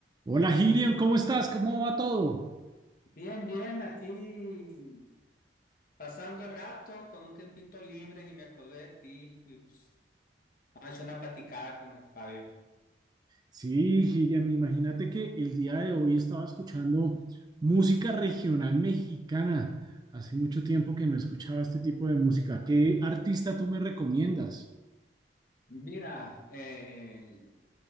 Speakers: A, on the right; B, on the left.
A: Hola Hiriam, ¿cómo estás? ¿Cómo va todo?
B: Bien, bien, aquí pasando el rato con un tiempito libre y me acordé de ti y pues vamos a echar una platicada con el Fabio.
A: Sí, Hiriam, imagínate que el día de hoy estaba escuchando música regional mexicana. Hace mucho tiempo que no escuchaba este tipo de música. ¿Qué artista tú me recomiendas?
B: Mira, eh,